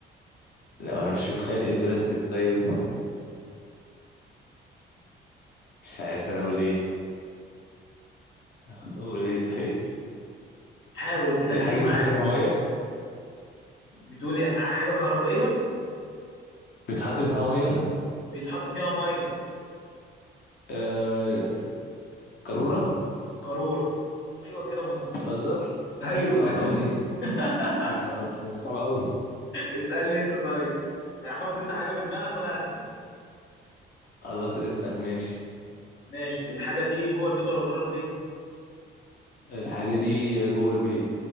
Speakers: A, on the left; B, on the left.
A: لو أنا مش متخيل إيه البلاستيك طيب مش عارف أنا أقول إيه <laughs> أقول إيه طيب
B: حاول كده
A: الحاجة
B: هتيجي
A: دي
B: معاك
A: بتحط فيها مية؟
B: بتقولي حاجه كهربائيه
A: بتحط فيها مية؟
B: بيتحط فيها ميه
A: آه... قارورة؟
B: قاروره ايوه كده مظبوط
A: بتهزر؟
B: ايوه
A: صعب أوي دي
B: <laughs>
A: بتهزر صعب أوي
B: اسالني انت طيب حط انت حاجه في دماغك وانا اسال
A: خلاص اسأل ماشي
B: ماشي الحاجه دي جوه البيت ولا بره البيت
A: الحاجة دي جوه البيت